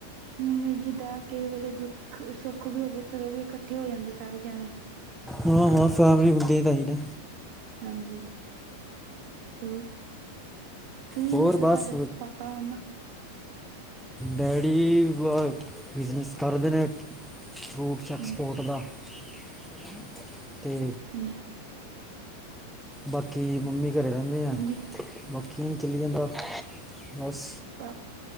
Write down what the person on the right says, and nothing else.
ਹੁਣ ਜਿੱਦਾਂ ਕਈ ਵੇਲੇ ਦੁੱਖ, ਸੁੱਖ ਵੀ ਹੋਵੇ ਤਦੋਂ ਵੀ ਇਕੱਠੇ ਹੋ ਜਾਂਦੇ ਸਾਰੇ ਜਾਣੇ।
ਹਾਂਜੀ, ਹੋਰ, ਤੁਸੀਂ
ਦੱਸੋ
ਤੁਹਾਡੇ ਪਾ ਪਾ ਮੰਮਾ-
ਹਾਂਜੀ
ਹਾਂਜੀ
ਹਾਂਜੀ
ਪਾਪ